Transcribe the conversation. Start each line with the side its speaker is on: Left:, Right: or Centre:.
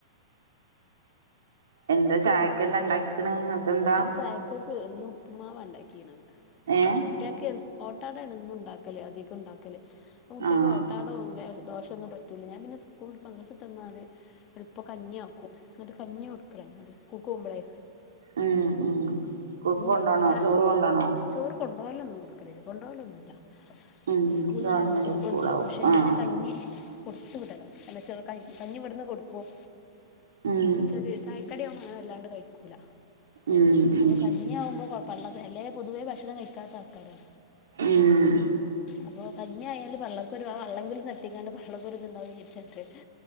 Right: എന്താ ചായക്കെന്താ ഇണ്ടാക്കീക്ക്ണ്? അതെന്താ?
Left: ചായക്കേക്ക് ഇന്ന് ഉപ്പ്മാവാ ഇണ്ടാക്കീനത്.
Right: ഏഹ്
Left: കുട്ട്യേക്ക് ഒ പുട്ടാണ് എന്നുണ്ടാക്കല് അധികം ഉണ്ടാക്കല്. കുട്ട്യേക്ക്
Right: ആഹ്
Left: ഓട്ടാട <unintelligible> ദോശയൊന്നും പറ്റൂല്ല. ഞാൻ പിന്നെ സ്കൂൾ, മദ്രസ വിട്ട് വന്നാല് ഇപ്പൊ കഞ്ഞിയാക്കും. എന്നിട്ട് കഞ്ഞി കൊട്ക്കലാ സ്കൂൾക്ക് പോവുമ്പളേ.
Right: ഉം ഉം സ്കൂൾക്ക് കൊണ്ടോണോ
Left: കൊടുക്കും ചാ
Right: ചോറ് കൊണ്ടോണോ?
Left: ചോറ് കൊണ്ടു പോവലൊന്നു കൊടുക്കലില്ല. കൊണ്ടുപോകലൊന്നുല്ല.
Right: ഉം
Left: സ്കൂൾലന്നെ
Right: ഗവൺമെന്റ്
Left: ഉണ്ട് ചോറുണ്ടാവും.
Right: സ്കൂളാവും
Left: പക്ഷെ
Right: ആഹ്
Left: ഞാന് കഞ്ഞി കഞ്ഞി കൊടുത്തു വിടാണ്. അല്ല ചോറ് കഞ്ഞി ഇവിടുന്ന് കൊടുക്കും.
Right: ഉം
Left: ചെറിയൊ ചായക്കടിയൊന്നു അങ്ങനെ വല്ലാണ്ട് കഴിക്കൂല.
Right: ഉം
Left: അപ്പൊ
Right: ഉം
Left: കഞ്ഞിയാവുമ്പോ കൊഴപ്പള്ളക്ക്, അല്ലെ പൊതുവേ ഭക്ഷണം കഴിക്കാത്ത ആൾക്കാരാ.
Right: ഉം
Left: അപ്പൊ കഞ്ഞി ആയാല് പള്ളക്കൊരു ആ വെള്ളെങ്കിലും തട്ടിങ്ങാണ്ട് പള്ളക്കൊരിത് ഇണ്ടാവും വെച്ചിട്ട്.